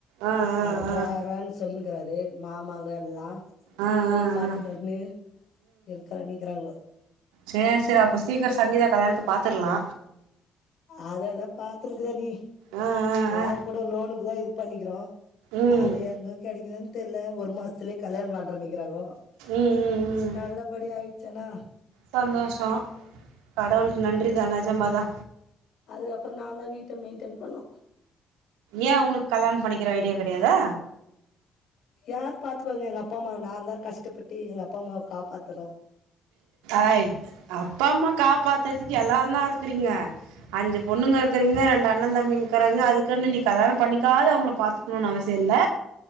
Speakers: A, on the right; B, on the left.
A: ஆ ஆ
B: அது
A: ஆ
B: போறனு சொல்லி க்கறாரு மாமாங்க எல்லா
A: ஆ
B: போய்
A: ஆ
B: பாத்துணு
A: ஆ
B: வான்னு இருக்கறேனிக்கிறாங்க.
A: சேர் சேரி அப்ப சீக்கிரோ சங்கீதா கல்யாணத்த பாத்தர்லா
B: அததா பாத்துனுக்குறேணி
A: ஆ ஆ
B: நா
A: ஆ
B: கூட லோனுக்கு தா இது பண்ணி க்கிறோ
A: ம்
B: அது
A: ம்
B: எங்க கெடைக்குதுன் தெரில ஒரு மாசத்துலயே கல்யாணம் பண்றேனிக்கிறாங்கோ
A: ம் ம்
B: நல்லபடியா ஆயிட் ச்சனா
A: சந்தோஷோ கடவுளுக்கு நன்றி தா நெஜமா தா
B: அதுக்கப்றோ நா தா வீட்ட மெயின்டெய்ன் பண்ணூ
A: ஏன் உனுக் கல்யாணம் பண்ணிக்கிற ஐடியா கிடையாதா
B: யார் பாத்துபாங்க எங்க அப்பா அம்மாவ நா தா கஷ்டப்பட்டு எங்க அப்பா அம்மாவ காப்பாத்தணு
A: ஆய் அப்பா அம்மா காப் பாத்தற்துக்கு எல்லா தா இருக்குறீங்க அஞ்சு பொண்ணுங்க இருக்கறீங்க ரெண்டு அண்ணன் தம்பிங்குறாங்க அதுக்குன்னு நீ கல்யாணம் பண்ணிக்காத அவங்கள பாத்துக்குணோன்னு அவசியோ இல்ல